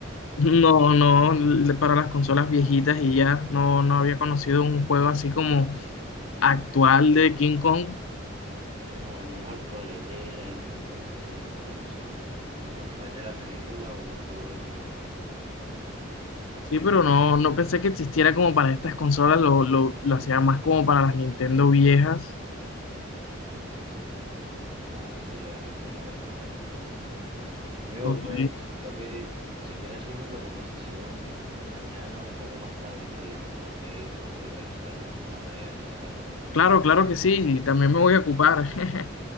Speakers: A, on the left; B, on the right.
A: No, no, l- para las consolas viejitas y ya no, no había conocido un juego así como actual de King Kong.
B: No, no es actual, es de la Xbox trescientos sesenta pero sí. Después de la película hubo un juego de King Kong.
A: Sí, pero no, no pensé que existiera como para estas consolas, lo, lo, lo hacía más como para las Nintendo viejas.
B: Nada, sí lo hay disponible para Xbox. Amigo,
A: Ok.
B: pues creo que si quieres seguimos la conversación mañana un poco más tarde que me tengo que ir, tengo que realizar una tarea aquí en la casa.
A: Claro, claro que sí, y también me voy a ocupar. <laughs>